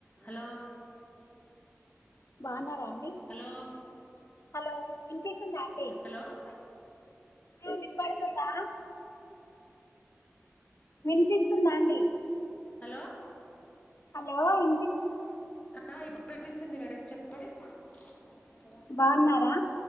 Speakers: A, on the left; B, on the left.
A: <inaudible> Hello
B: బాగున్నారా అండి
A: hello
B: hello వినిపిస్తుందా అండి
A: హలో
B: ఆ వినపడుతుందా వినిపిస్తుందా అండి.
A: హలో
B: హలో ఇ
A: ఆ ఇప్పుడు వినిపిస్తుంది మేడం చెప్పండి. ఎక్కడ
B: బాగున్నారా